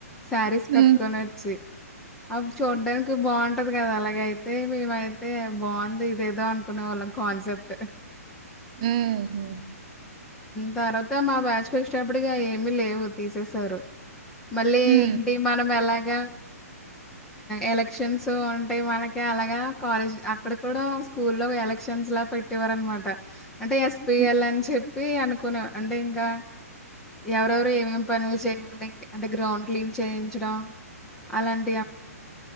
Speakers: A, in the centre; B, on the right.
A: శారీస్
B: హ్మ్.
A: కట్టుకొని వచ్చి అవి చూడాటానికి బాగుంటది కదా అలాగైతే మేమయితే బాగుంది ఏదో అనుకునే వాళ్ళం కాన్సెప్ట్
B: ఉమ్
A: తర్వాత మా బ్యాచ్ కు వచ్చేటప్పటికి ఏమి లేవు తీసేసారు మళ్లీ
B: హ్మ్.
A: ఎంటి మనం ఎలాగ ఎలక్షన్స్ ఉంటాయి మనకి అలాగా కాలేజ్ అక్కడ కూడా స్కూల్ లో ఎలక్షన్స్ లా పెట్ పెట్టేవారు అనమాట అంటే ఎస్పిఎల్
B: హ్మ్.
A: అని చెప్పి అనుకునే అంటే ఇంకా ఎవరెవరు ఏమేమి పనులు చేయలి అంటే గ్రౌండ్ క్లీన్ చేయించడం అలాంటి